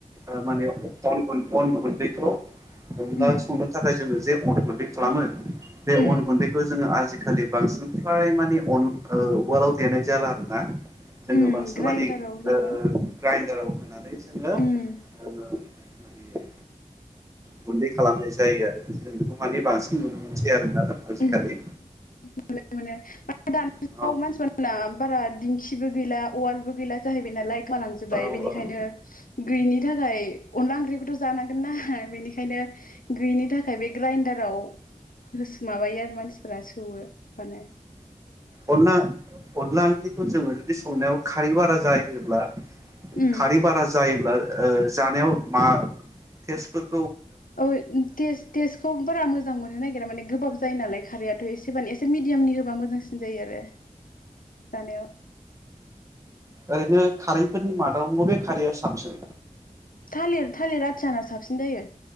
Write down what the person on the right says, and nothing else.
ओ माने अन गुन्दैखौ अनला
संनो थाखाय जोङो जे अन गुन्दै खालामो? बे
अन गुन्दैखौ जोङो आजिखालि खालि बांसिन फ्राय माने अन उवालाव देनाय जाला आरो ना जोंङो
बांसिन
माने
ओ ग्राइनडाराव होनानै जोङो
माने गुन्दै खालामनाय जायो आरो जों बेखौ माने बांसिन नुनो मोनसै आरोना दा आजिखालि।
औ
औ
अनला-अनला ओंख्रिखौ जोङो जुदि संनायाव खारै बारा जायोब्ला
खारै बारा जायोब्ला ओ जानायाव मा थेस्तफोर
ओरैनो खारैफोरनि मादाव बबे खारैया साबसिन?